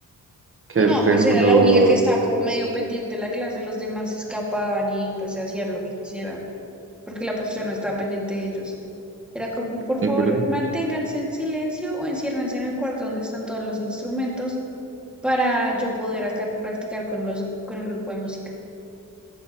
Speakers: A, on the right (about 40°); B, in the centre.
A: que
B: No,
A: el triángulo...
B: pues era la única que estaba como medio pendiente de la clase, los demás se escapaban y pues se hacían lo que quisieran, porque la profesora no estaba pendiente de ellos. Era como, por favor,
A: ¿Y, por-
B: manténganse en silencio o enciérrense en el cuarto donde están todos los instrumentos para yo poder acá practicar con los, con el grupo de música.